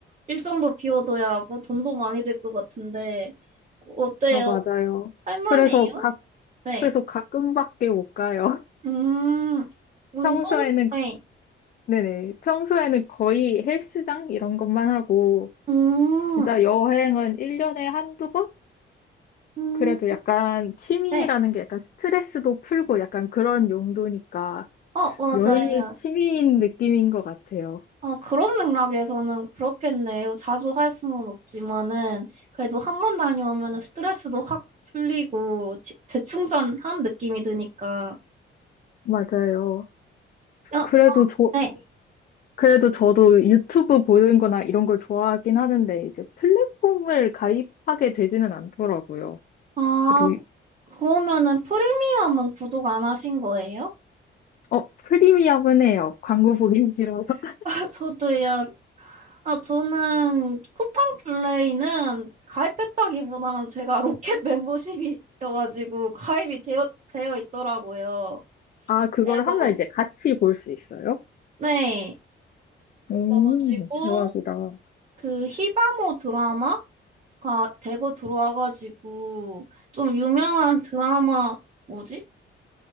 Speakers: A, on the right; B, on the left.
A: 일정도 비워둬야 하고, 돈도 많이 들 것 같은데, 어때요?
B: 아, 맞아요.
A: 할만해요?
B: 그래서 가,
A: 네.
B: 그래서 가끔밖에 못 가요. <laughs>
A: 음, 운동?
B: 평소에는, 거-
A: 네.
B: 네네. 평소에는 거의 헬스장 이런 것만 하고
A: 음,
B: 진짜 여행은 1년에 한두 번?
A: 음,
B: 그래도 약간 취미라는
A: 네.
B: 게 약간 스트레스도 풀고 약간 그런 용도니까
A: 어, 음. 맞아요.
B: 여행이 취미인 느낌인 것 같아요.
A: 어, 그런 맥락에서는 그렇겠네요. 자주 할 수는 없지만은, 그래도 한 번 다녀오면은 스트레스도 확 풀리고, 지- 재충전한 느낌이 드니까.
B: 맞아요.
A: 어,
B: 그래도 저,
A: 네.
B: 그래도 저도 유튜브 보는 거나 이런 걸 좋아하긴 하는데 이제 플랫폼을 가입하게 되지는 않더라고요.
A: 아,
B: 그래도, 이-
A: 그러면은 프리미엄은 구독 안 하신 거예요?
B: 어, 프리미엄은 해요. 광고 보기 싫어서. <laughs>
A: <laughs> 아, 저도요. 아, 저는 쿠팡 플레이는 가입했다기보다는 제가 로켓 <laughs> 멤버십이어가지고 가입이 되어, 되어 있더라고요.
B: 아, 그걸
A: 그래서,
B: 하면 이제 같이 볼 수 있어요?
A: 네.
B: 오,
A: 그래가지고,
B: 대박이다.
A: 그 히바모 드라마가 대거 들어와가지고 좀 유명한 드라마 뭐지?